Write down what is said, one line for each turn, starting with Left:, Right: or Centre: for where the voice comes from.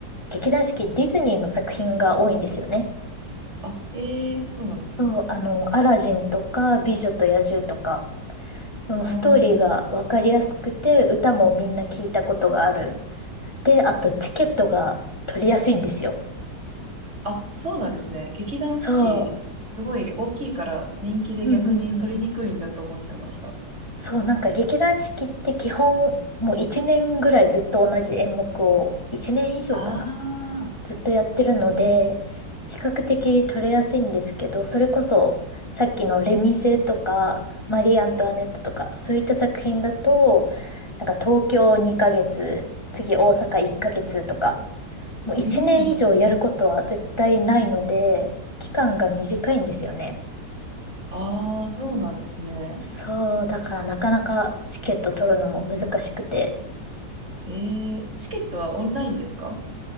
Left: 劇団四季ディズニーの作品が多いんですよね。
Right: あ、えーそうなんですね。
Left: そう、あの、アラジンとか、美女と野獣とか、でもストーリーがわかりやすくて、
Right: あ
Left: 歌もみんな聞いたことがある。で、あとチケットが取りやすいんですよ。
Right: あ、あ、そうなんですね。劇団四季、
Left: そ
Right: すごい大きいから人気で逆に取りにくいんだと思ってました。
Left: う。うんうんうん。そう、なんか劇団四季って基本、もう1年ぐらいずっと同じ演目を、1年以上かな
Right: ああ、
Left: ずっとやってるので、比較的取れやすいんですけど、それこそ、さっきのレミゼとか、マリー・アントワネットとか、
Right: はい。
Left: そういった作品だと、なんか東京2ヶ月、次大阪1ヶ月とか、もう一年以上やることは絶対ないので、
Right: うん。
Left: 期間が短いんですよね。
Right: ああ、そうなんですね。
Left: そう、だからなかなかチケット取るのも難しくて、
Right: ええ、チケットはオンラインですか